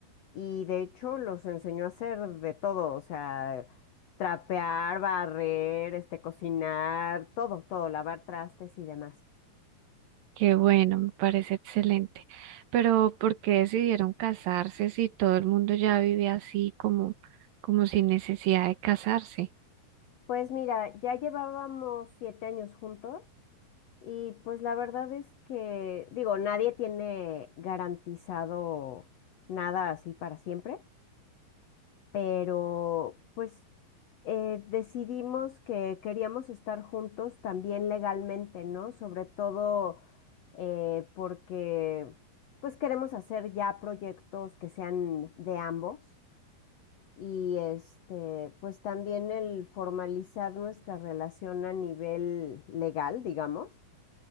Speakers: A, on the left; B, on the right.
A: y de hecho los enseñó a hacer de todo, o sea, trapear, barrer, este, cocinar, todo, todo, lavar trastes y demás.
B: Qué bueno, me parece excelente. Pero ¿por qué decidieron casarse si todo el mundo ya vivía así como, como sin necesidad de casarse?
A: Pues mira, ya llevábamos siete años juntos Y pues la verdad es que, digo, nadie tiene garantizado nada así para siempre, pero pues eh, decidimos que queríamos estar juntos también legalmente, ¿no? Sobre todo eh, porque pues queremos hacer ya proyectos que sean de ambos y este, pues también el formalizar nuestra relación a nivel legal, digamos